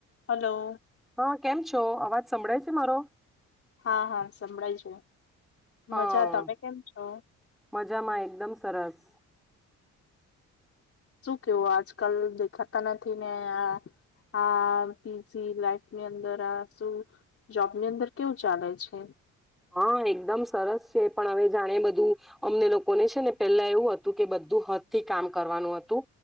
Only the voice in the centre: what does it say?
હા કેમ છો અવાજ સંભળાય છે મારો?
હા
મજામાં એકદમ સરસ.
હા એકદમ સરસ છે. પણ હવે જાણે બધું અમને લોકોને છે. ને પેલા એવું હતું કે બધું હાથ થી કામ કરવાનું હતું.